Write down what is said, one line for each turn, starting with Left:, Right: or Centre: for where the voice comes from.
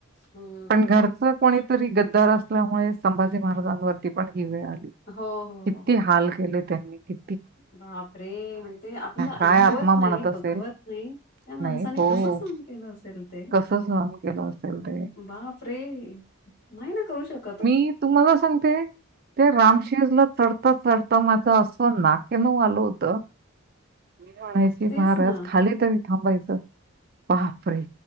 Left: हम्म.
Right: पण घरच कोणी तरी गद्दार असल्यामुळे संभाजी महाराजांवरती पण ही वेळ आली.
Left: हो हो
Right: किती हाल केले त्यांनी कि
Left: बापरे म्हण ते आपलं
Right: काय
Left: ऐकवत
Right: आत्मा म्हणत
Left: नाही
Right: असेल?
Left: बघवत नाही माणसाने
Right: नाही. हो,
Left: कस सहन
Right: हो.
Left: केलं असेल ते.
Right: कसं सहन केलं असेल ते?
Left: बाप रे नाही ना करू शक
Right: मी तुम्हाला सांगते ते रामशीेरला चढता चढता माझ झ असं नाकेनव आल होत. मी म्हणायची
Left: तेच
Right: महाराज
Left: ना.
Right: खाली तरी थांबायचं बापरे.